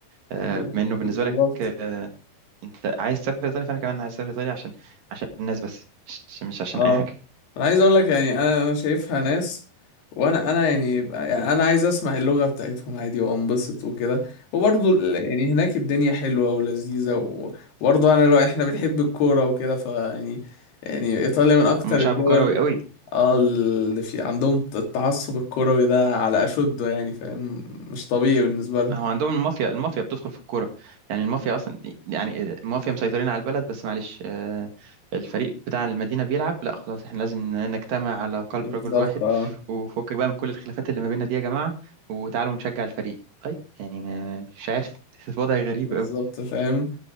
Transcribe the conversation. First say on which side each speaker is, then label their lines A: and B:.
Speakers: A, on the right; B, on the left.
A: آه،
B: بز-
A: بما إنه
B: بالظبط
A: بالنسبة لك آه، أنت عايز تسافر إيطاليا فأنا كمان عايز أسافر إيطاليا عشان عشان الناس بس مش مش عشان
B: اه
A: أي حاجة
B: انا عايز اقول لك يعني انا انا شايفها ناس وانا انا يعني, يعني انا عايز اسمع اللغة بتاعتهم عادي وانبسط وكده وبرضه ال- يعني هناك الدنيا حلوة ولذيذة و- وبرضه انا لو احنا بنحب الكورة وكده فيعني يعني ايطاليا من اكتر
A: هم شعب
B: الدول
A: كروي قوي
B: اه اللي في عندهم التعصب الكروي ده على اشده يعني فاهم مش طبيعي بالنسبة لهم
A: هو عندهم المافيا المافيا بتدخل في الكوره يعني المافيا اصلا يعني المافيا مسيطرين على البلد بس معلش آه، الفريق بتاع المدينه بيلعب لا خلاص احنا لازم نجتمع على قلب
B: بالظبط
A: رجل واحد
B: اه
A: وفكك بقى من كل الخلافات اللي ما بيننا دي يا جماعه وتعالوا نشجع الفريق طيب يعني ما- مش عارف <laughs> وضع غريب
B: بالظبط
A: قوي
B: فاهم